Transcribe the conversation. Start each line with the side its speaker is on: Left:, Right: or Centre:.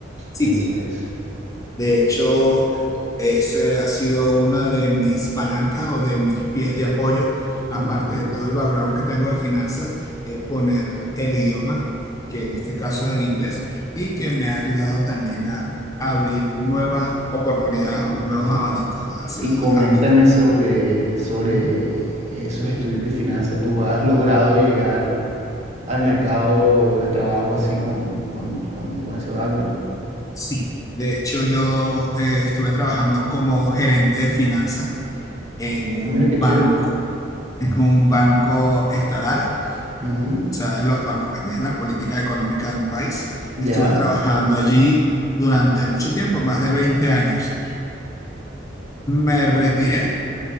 Left: Sí.
Right: el Sí. inglés.
Left: De hecho, ese ha sido una de mis palancas o de mis pies de apoyo, aparte
Right: Ujú,
Left: de todo el background que tengo de finanzas, es poner el idioma, que en este caso es el inglés, y que me ha ayudado también a abrir nuevas oportunidades o
Right: ujú.
Left: nuevos abanicos hacia
Right: Y
Left: otros
Right: coméntame
Left: ámbitos.
Right: sobre, sobre
Left: Ujú.
Right: esos estudios de finanzas. ¿Tú has logrado llegar al mercado de trabajo así con, con, con, con ese background?
Left: Sí, de hecho yo eh, estuve trabajando como gerente de finanzas en un
Right: Ah, mira qué
Left: banco,
Right: chévere.
Left: en un banco estatal
Right: Ujú.
Left: sea, en los bancos que rigen las políticas económicas de un país.
Right: Ya,
Left: Estuve trabajando allí durante mucho tiempo, más de 20 años. Me retiré,